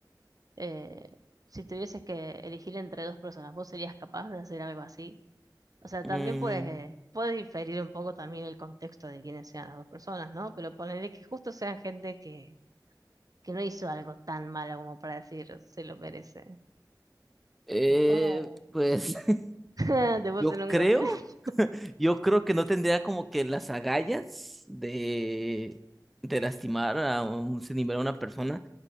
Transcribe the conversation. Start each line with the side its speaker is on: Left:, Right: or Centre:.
Right: Eh, si tuvieses que elegir entre dos personas, ¿vos serías capaz de hacer algo así? O sea,
Centre: Mm,
Right: también puedes, eh, puede diferir un poco también el contexto de quiénes sean las dos personas, ¿no? Pero ponerle que justo sean gente que, que no hizo algo tan malo como para decir se lo merece.
Centre: eh,
Right: Tipo, ¿Cómo
Centre: pues
Right: <laughs>
Centre: <laughs>
Right: te puse
Centre: yo
Right: en un
Centre: creo.
Right: contexto?
Centre: Yo creo que no tendría como que las agallas de, de lastimar a un sinimero a una persona,